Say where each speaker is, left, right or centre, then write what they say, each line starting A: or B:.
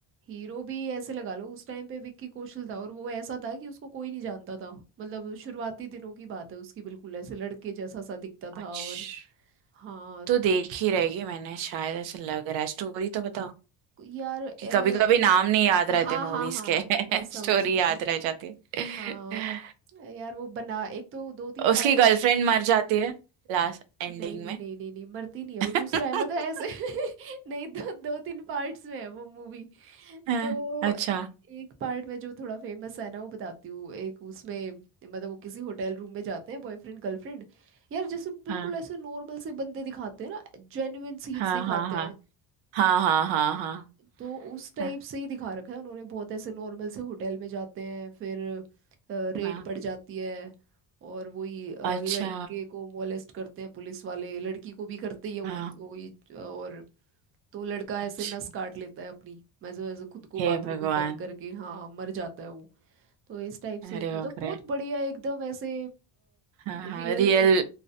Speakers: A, on the right (about 30°); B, on the right (about 80°).
A: हीरो भी ऐसे लगा लो उस टाइम पे विक्की कौशल था और वो ऐसा था कि उसको कोई नहीं जानता था मतलब शुरुआती दिनों की बात है उसकी बिल्कुल ऐसे लड़के जैसा सा दिखता
B: अच्छा
A: था और हाँ
B: तो देख ही रहेगी मैंने शायद ऐसा लग रहा है स्टोरी तो बताओ
A: यार ए,
B: कि कभी कभी नाम नहीं याद रहते
A: हाँ
B: मूवीज
A: हाँ हाँ
B: के
A: मैं
B: <laughs>
A: समझ
B: स्टोरी
A: गई
B: याद रह जाती है
A: आ, यार वो बना एक तो दो तीन
B: उसकी
A: पार्ट
B: गर्लफ्रेंड
A: है उसमें
B: मर जाती है लास्ट एंडिंग
A: नहीं नहीं
B: में
A: नहीं नहीं नहीं मरती नहीं है
B: <laughs>
A: वो दूसरा है मतलब ऐसे <laughs> नहीं दो दो तीन पार्ट्स में है वो मूवी
B: हाँ,
A: तो
B: अच्छा
A: एक पार्ट में जो थोड़ा फेमस है ना वो बताती हूँ एक उसमें मतलब वो किसी होटल रूम में जाते हैं बॉयफ्रेंड गर्लफ्रेंड यार जैसे बिल्कुल
B: हाँ
A: ऐसे नॉर्मल से बंदे दिखाते हैं ना जेन्युइन सीन्स
B: हाँ
A: दिखाते
B: हाँ हाँ
A: हैं
B: हाँ हाँ हाँ हाँ
A: तो उस टाइप
B: हाँ
A: से ही दिखा रखा है उन्होंने बहुत ऐसे नॉर्मल से होटल में जाते हैं फिर रेड
B: हाँ,
A: पड़ जाती है और वही अ,
B: अच्छा
A: लड़के को मोलेस्ट करते हैं पुलिस वाले लड़की को भी करते ही है वो-
B: हाँ
A: वही अ, और तो लड़का ऐसे
B: अच्छा
A: नस काट लेता है अपनी मैं जो ऐसे खुद को
B: हे
A: बाथरूम
B: भगवान
A: में बंद करके हाँ मर जाता है वो तो इस टाइप से
B: अरे
A: मतलब
B: बाप रे
A: बहुत बढ़िया एकदम ऐसे
B: हाँ
A: रियल
B: हाँ रियल